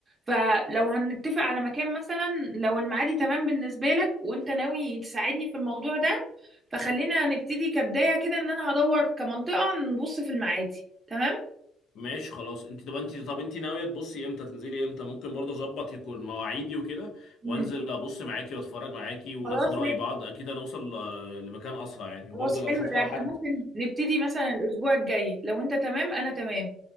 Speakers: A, on the right; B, on the left.
A: فلو هنتفق على مكان مثلا لو المعادي تمام بالنسبة لك وأنت ناوي تساعدني في الموضوع ده فخلينا نبتدي كبداية كده إن أنا هدور كمنطقة نبص في المعادي تمام؟
B: ماشي خلاص انت طب انت طب انت ناوية تبصي امتى تنزلي امتى ممكن برضه اظبط يكون مواعيدي وكده
A: مم.
B: وانزل ابص معاكي واتفرج معاكي وناخد
A: خلاص
B: رأي
A: ماشي
B: بعض اكيد هنوصل آه، لمكان اسرع يعني وبرضه
A: خلاص
B: لو
A: حلو
B: اشوف
A: ده
B: لو
A: احنا
B: حد
A: ممكن نبتدي مثلا الأسبوع الجاي لو أنت تمام أنا تمام